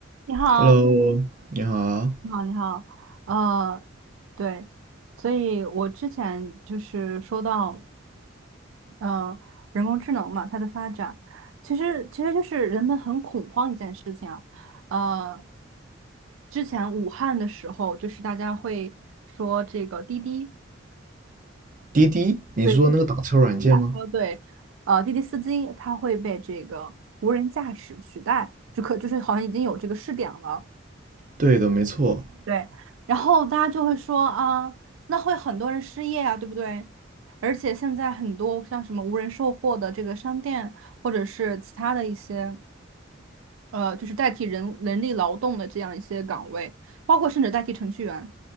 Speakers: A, on the right; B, on the right.
A: 你好，
B: Hello，你好，
A: 你好，你好，呃，对，所以我之前就是说到，呃，人工智能嘛，它的发展，其实其实就是人们很恐慌一件事情啊，呃，之前武汉的时候，就是大家会说这个滴滴，
B: 滴滴，你是说那个打车软件吗？
A: 对，滴滴打车，对，呃，滴滴司机他会被这个无人驾驶取代，就可就是好像已经有这个试点了。
B: 对的，没错，
A: 对，然后大家就会说啊，那会很多人失业啊，对不对？而且现在很多像什么无人售货的这个商店，或者是其他的一些呃，就是代替人人力劳动的这样一些岗位，包括甚至代替程序员